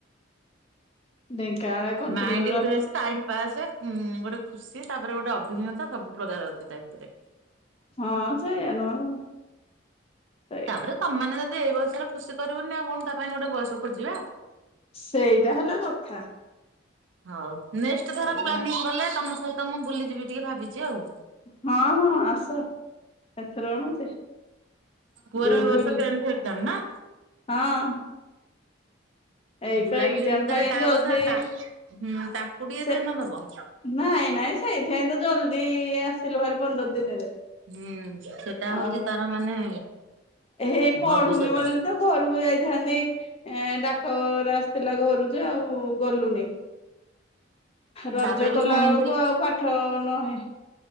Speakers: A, on the left (about 30°); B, on the right (about 85°).
A: ଢେଙ୍କାନାଳ କଣ୍ଟିନ୍ୟୁ
B: ମାଇଣ୍ଡ
A: ର
B: ଫ୍ରେଶ ଟାଇମ ପାସ। ହୁଁ ଗୋଟେ ଖୁସି ତାପରେ ଗୋଟେ ଅଭିଜ୍ଞତା ସବୁ ପ୍ରକାର ଅଛି ତା ଭିତରେ।
A: ହଁ ସେଇଆ ନୁହ ଆଉ କଣ? ସେଇଆ
B: ତାପରେ ତମେ ଯଦି ଏଇ ବୟସରେ ଖୁସି କରିବନି ଆଉ କଣ ତା ପାଇଁ ଗୋଟେ ବୟସ ଖୋଜିବା?
A: ସେଇଟା ହେଲା କଥା।
B: ହଉ ନେଷ୍ଟ
A: ସେଇଟା
B: ଥର ପ୍ଲାନିଂ କଲେ ତମ ସହିତ ମୁଁ ବୁଲିଯିବି ଟିକେ ଭାବିଛି ଆଉ।
A: ହଁ ହଁ ଆସ ଏଥରେ କଣ ଅଛି?
B: ପୁଅର
A: ଯେ
B: ଏ
A: ବୁଲି
B: ବର୍ଷ ଟେନ୍ଥ ଏକ୍ସାମ ନା?
A: ହଁ। ଏଇତ
B: ବୁଲାବୁଲି
A: ଏକ୍ଜାମ
B: ଭିତରେ
A: ପାଇଁ
B: ତା
A: ଜଲଦି
B: କଥା ତା ହୁଁ ତାକୁ ଟିକେ
A: ସେ
B: ଧ୍ୟାନ ଦବ।
A: ନାଇଁ ନାଇଁ ସେଇଥିାଇଁ ତ ଜଲଦି ଆ ଲ ଭାର ପନ୍ଦର ଦିନରେ।
B: ହୁଁ ସେଟା ହଉଛି
A: ଆଉ
B: ତାର ମାନେ
A: ହେଇ ପଢୁନି
B: ଭବିଷ୍ୟତ।
A: ବୋଲି ତ ଘରକୁ ଯାଇଥାନ୍ତି ଏ ଡାକର ଆସିଥିଲା ଘରୁ ଯେ ଆଉ ଗଲୁନି। ରଜ
B: ତାପରେ ବି
A: କଲା
B: ଶୁଣିଥିଲି
A: ବେଳକୁ ଆଉ ପାଠ <unintelligible>